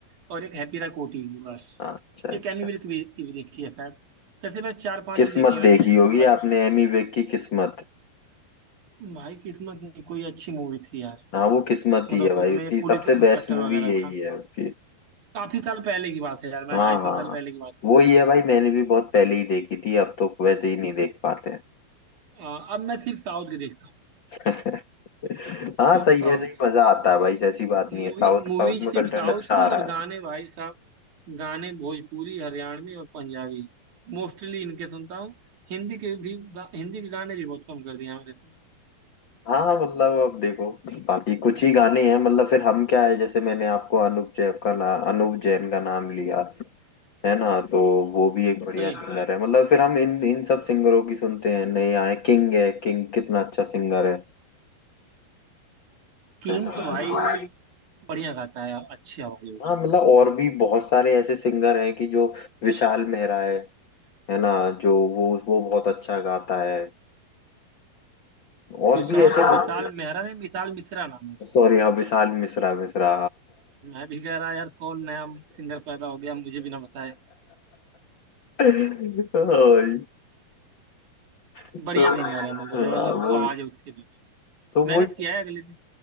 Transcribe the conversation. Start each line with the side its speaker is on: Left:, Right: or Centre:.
Right: और एक हैप्पी राय कोटी की बस
Left: हाँ, अच्छा
Right: एक
Left: अच्छा
Right: एमी विर्क भी की भी देखी है शायद तैसे बस चार पांच
Left: किस्मत
Right: ही देखी है मैंने
Left: देखी होगी
Right: बाकी
Left: आपने एमी विर्क की किस्मत
Right: भाई किस्मत नहीं कोई अच्छी मूवी थी यार
Left: हाँ वो किस्मत
Right: मतलब
Left: ही है
Right: कि
Left: भाई
Right: उसमें
Left: उसकी
Right: पुलिस
Left: सबसे
Right: इंस्पेक्टर
Left: बेस्ट मूवी
Right: वगैरह
Left: यही
Right: था
Left: है उसकी
Right: काफी साल पहले की बात है यार मैं
Left: हाँ
Right: ढाई
Left: हाँ
Right: तीन साल पहले की बात
Left: वो
Right: कर
Left: ही है भाई मैंने भी बहुत पहले ही देखी थी अब तो वैसे ही नहीं देख पाते हैं।
Right: रहा हूँ। अ, अब मैं सिर्फ साउथ की देखता हूँ
Left: <laughs> हाँ
Right: अब
Left: सही
Right: साउथ
Left: है नहीं मजा आता है भाई ऐसी बात नहीं
Right: मूवी
Left: है साउथ
Right: मूवीज
Left: साउथ में
Right: सिर्फ
Left: कंटेंट
Right: साउथ
Left: अच्छा
Right: की
Left: आ
Right: और
Left: रहा है
Right: गाने भाई साहब गाने भोजपुरी हरियाणवी और पंजाबी मोस्टली इनके सुनता हूँ हिंदी के भी गा- हिंदी के गाने भी बहुत कम कर दिया मैंने सुना
Left: हाँ मतलब अब देखो बाकी कुछ ही गाने हैं मतलब फिर हम क्या है जैसे मैंने आपको अनूप जैन का ना अनूप जैन का नाम लिया है ना तो वो भी एक बढ़िया
Right: सही है
Left: सिंगर है मतलब फिर हम इन इन सब सिंगरों की सुनते हैं नए आए किंग है किंग कितना अच्छा सिंगर है
Right: किंग
Left: है।
Right: तो भाई बढ़िया गाता है यार, अच्छी आवाज है उसकी
Left: हाँ मतलब और भी बहुत सारे ऐसे सिंगर हैं कि जो विशाल मेहरा है है ना जो वो वो बहुत अच्छा गाता है और
Right: विशाल
Left: भी ऐसे बहुत,
Right: विशाल मेहरा नहीं विशाल मिश्रा नाम है उसका
Left: सॉरी हाँ विशाल मिश्रा मिश्रा
Right: मैं भी कह रहा यार कौन नया सिंगर पैदा हो गया मुझे भी ना बताए
Left: हाँ भाई, तो
Right: बढ़िया सिंगर है मतलब
Left: हाँ
Right: जबरदस्त
Left: वो
Right: आवाज है उसकी भी
Left: तो
Right: मेहनत
Left: वो
Right: किया है अगले ने